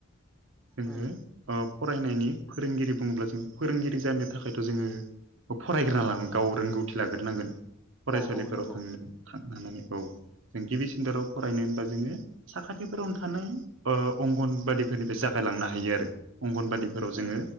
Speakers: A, on the right; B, in the centre.
A: जोङो
B: उम
A: फरायनायनि फोरोंगिरि बुङोब्ला जों फोरोंगिरि जानो थाखायथ' जोङो फरायग्रोना गाव रोंगौथि लाग्रोनांगोन फरायसालिफोराव
B: औ औ नंगौ
A: थांनो नानै औ जों गिबि सिन्थायाव
B: उम
A: फरायनो जोङो साखाथिफोरावनो थानाय अंगनबादिफोरनिफ्राय जागायलांनो हायो आरो अंगनबादिफोराव जोङो
B: उम